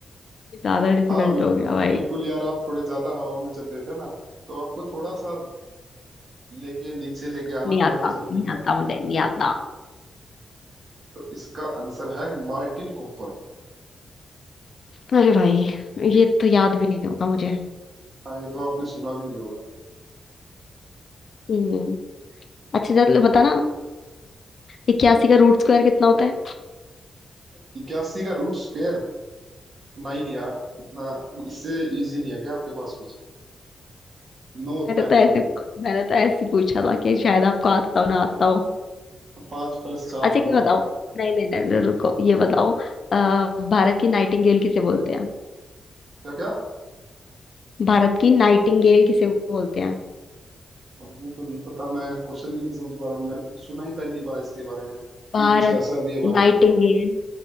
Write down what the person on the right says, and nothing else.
हाँ बिल्कुल
बिल्कुल यार आप थोड़े ज्यादा हवा में चल रहे थे ना तो आपको थोड़ा सा लेके नीचे लेके आना
थोड़ा
सा जरूरी
था
तो इसका आंसर है मार्टिन कूपर
हाँ ये तो आपने सुना भी नहीं होगा
इक्यासी का रूट स्क्वायर नाइन यार इतना इससे इजी नहीं है क्या आपके पास कुछ नौ होता
है
नौ
पांच प्लस चार
नौ
हम्म
क्या क्या
ये तो नहीं पता मैं क्वेश्चन ही नहीं समझ पा रहा हूँ मैंने सुना ही पहली बार इसके बारे में कि
कुछ ऐसा भी है भारत
में